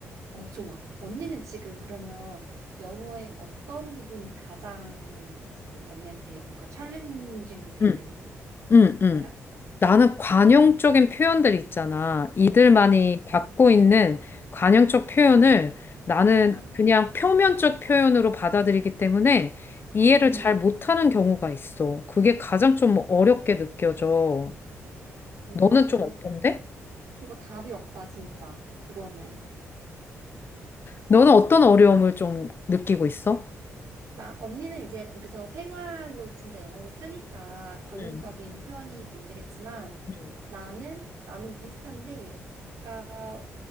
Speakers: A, on the right; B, on the left.
A: 어, 좋아. 언니는 지금 그러면 영어의 어떤 부분이 가장 지금 언니한테 뭔가 챌린징 되는
B: 응, 응, 응.
A: 거야?
B: 나는 관용적인 표현들 있잖아. 이들만이 갖고 있는 관용적 표현을 나는
A: 아,
B: 그냥 표면적 표현으로 받아들이기 때문에 이해를
A: 음,
B: 잘 못하는 경우가 있어. 그게 가장 좀 어렵게 느껴져.
A: 언니,
B: 너는
A: 그건,
B: 좀 어떤데?
A: 그거 답이 없다, 진짜. 그거는.
B: 너는 어떤 어려움을 좀 느끼고 있어?
A: 나 언니는 이제 거기서 생활로 진짜 영어를 쓰니까 관용적인
B: 음,
A: 표현이 문제겠지만
B: 음,
A: 나는 나는 비슷한데 그러니까